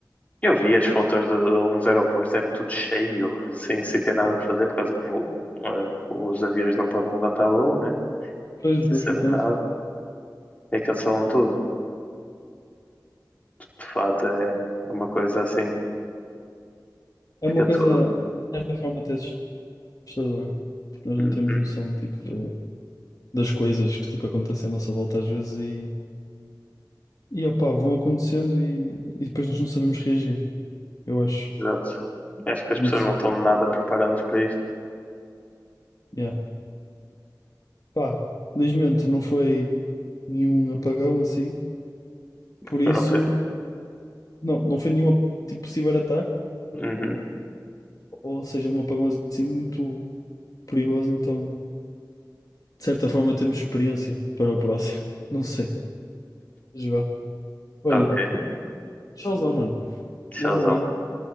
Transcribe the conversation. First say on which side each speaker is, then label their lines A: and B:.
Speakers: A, on the left; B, on the left.
A: eu vi as fotos de, de alguns aeroportos, era tudo cheio, sem, sem ter nada que fazer, por causa que o- eh, os aviões não podem levantar voo, né?
B: Pois,
A: Sem
B: pois,
A: saber
B: concordo.
A: nada. E cancelam tudo. De fato, é uma coisa assim
B: É
A: fica
B: uma
A: tudo.
B: coisa, de certa forma, até assustadora. Tipo, nós não
A: Uhum,
B: temos noção tipo, da- das coisas que tipo, acontecem à nossa volta às vezes e, e opá, vão acontecendo e, e depois nós não sabemos reagir. eu acho.
A: exato. Acho que as
B: Aconteceu.
A: pessoas não estão nada preparadas para isto.
B: Yeah. Pá, felizmente não foi nenhum apagão assim.
A: <laughs>
B: Por
A: Foram
B: isso,
A: pe-
B: não, não foi nenhum tipo ciberataque,
A: Uhum,
B: ou seja, um apagão assim muito perigoso. Então, de certa forma, temos experiência para o próximo. <laughs> Não sei. Mas vá. Olha,
A: ok.
B: tchauzão, mano.
A: Tchauzão,
B: Eu vou indo.
A: mano.